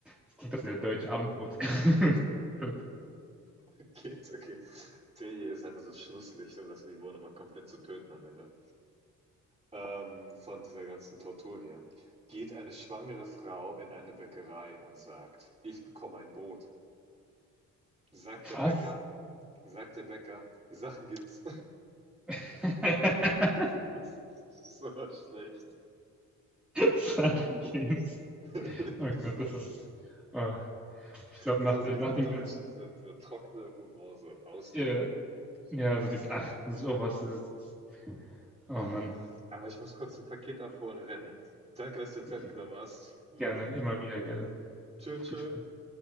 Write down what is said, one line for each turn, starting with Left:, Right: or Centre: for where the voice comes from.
Centre: Das klingt doch sehr deutsch, Abendbrot. <laughs> Gut.
Right: <laughs> geht's, okay. Der hier ist einfach so das Schlusslicht, um das Niveau nochmal komplett zu töten am Ende. Ähm, von dieser ganzen Tortur hier. Geht eine schwangere Frau in eine Bäckerei und sagt, ich bekomme ein Brot. Sagt der
Centre: Was?
Right: Bäcker, sagt der Bäcker, Sachen gibt's.
Centre: <laughs>
Right: <laughs> Das ist so schlecht.
Centre: Sachen Games.
Right: <laughs>
Centre: Oh Gott, das ist. Oh, ich glaube,
Right: Das
Centre: nach,
Right: ist also
Centre: der-
Right: dieser
Centre: nach dem
Right: deutsche,
Centre: ganzen.
Right: dieser, dieser trockene Humor, so ein Ausdruck.
Centre: Äh, ja, also dieses Ach, sowas ist es. Oh
Right: Ah,
Centre: Mann.
Right: Aber ich muss kurz ein Paket abholen rennen. Danke, dass du dir Zeit
Centre: Okay.
Right: genommen hast. Ne?
Centre: Gerne, immer wieder gerne.
Right: Tschö, tschö.
Centre: Viel Spaß.